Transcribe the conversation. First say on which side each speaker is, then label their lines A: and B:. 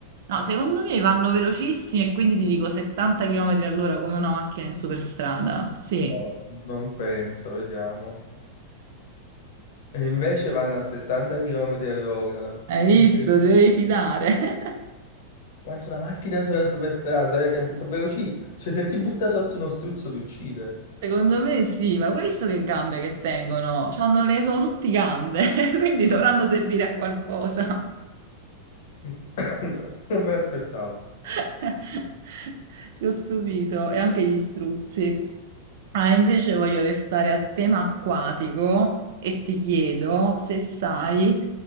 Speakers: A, on the right; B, on the left.
A: No, secondo me vanno velocissimi e quindi ti dico 70 km all'ora come una macchina in superstrada. Sì,
B: No, non penso, vediamo. E invece vanno a 70 km all'ora.
A: hai visto,
B: Incredibile.
A: ti devi fidare.
B: Quanto una macchina sola superstrada, eh, sono veloci. Cioè, se ti butta sotto uno struzzo ti uccide.
A: <laughs> Secondo me sì, ma hai visto che gambe che tengono? C'hanno le, sono tutti gambe, <laughs> quindi dovranno servire a qualcosa.
B: Inc- <coughs> Non me l'aspettavo.
A: <laughs> Ti ho stupito, e anche gli struzzi. Ah, invece voglio restare a tema acquatico e ti chiedo se sai